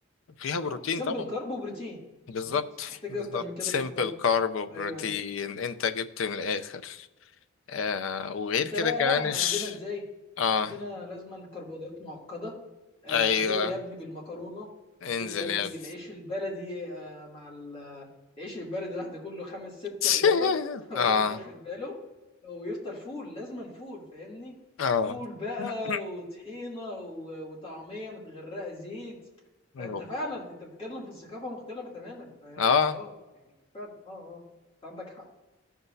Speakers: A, on the left; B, on the left.
A: فيها بروتين
B: اه سمبل
A: طبعا
B: كارب وبروتين
A: بالظبط
B: بالظبط محتاج
A: بالظبط
B: اكتر من كده
A: سيمبل
B: كفطار
A: كارب وبروتين
B: ايوه ايوه
A: انت جبت من الاخر آه وغير
B: انت
A: كده
B: بقى
A: كمان
B: لا احنا
A: اش
B: عندنا ازاي
A: اه
B: احنا عندنا لازما كربوهيدرات معقده آه
A: ايوه
B: انزل لي يا ابني بالمكرونه
A: انزل
B: انزل لي يا ابني
A: يا ابني
B: بالعيش البلدي آه مع ال- آه، العيش البلدي لوحده كله خمس ست
A: <laughs>
B: رغفه <laughs> هو
A: اه
B: مش واخد باله ويفطر فول لازما فول فاهمني
A: اه
B: فول بقى
A: <coughs>
B: وطحينه و- وطعميه متغرقه زيت
A: أوف.
B: فانت فعلا انت بتتكلم في الثقافه مختلفه تماما فلا
A: اه
B: اه يعني فعلا اه اه انت عندك حق